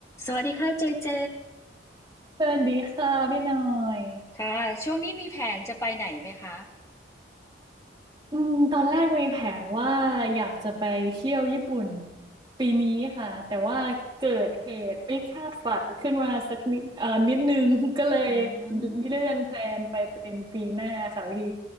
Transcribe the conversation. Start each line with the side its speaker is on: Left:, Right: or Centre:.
Left: สวัสดีค่ะเจเจ
Right: สวัสดีค่ะพี่หน่อย
Left: ค่ะช่วงนี้มีแผนจะไปไหนไหมคะ
Right: อืมตอนแรกมีแผนว่าอยากจะไปเที่ยวญี่ปุ่นปีนี้ค่ะแต่ว่าเกิดเหตุไม่คาดฝันขึ้นมาสักนิดเอ่อนิดนึง <laughs> ก็เลย
Left: อืม
Right: เลื่อนแพลนไปเป็นปีหน้าค่ะพี่